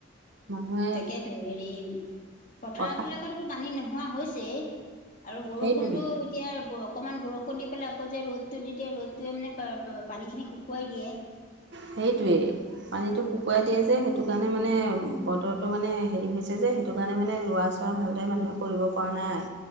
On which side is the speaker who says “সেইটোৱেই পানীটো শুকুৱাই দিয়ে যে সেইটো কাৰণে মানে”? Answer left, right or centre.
Right